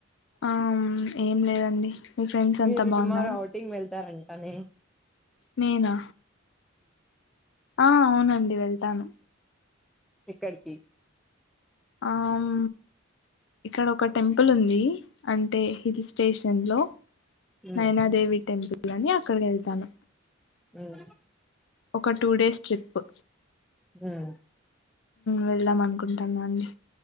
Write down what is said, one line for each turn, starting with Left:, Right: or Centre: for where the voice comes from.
Left: ఆమ్ ఏం లేదండి. మీ ఫ్రెండ్స్
Centre: మీరు
Left: అంతా బాగున్నారా
Centre: టుమారో అవుటింగ్ వెళ్తారా అని
Left: నేనా ఆ అవునండి. వెళ్తాను
Centre: ఏక్కడికి
Left: ఆమ్ ఇక్కడ ఒక టెంపుల్ ఉంది. అంటే ఇది స్టేషన్ లో
Centre: మ్మ్
Left: నయనా దేవి టెంపుల్ ని అక్కడికి వెళ్తాను.
Centre: హ్మ్
Left: ఒక టూ డేస్ ట్రిప్పు
Centre: హ్మ్
Left: వెళ్దాం అనుకుంటాన్నా అండి.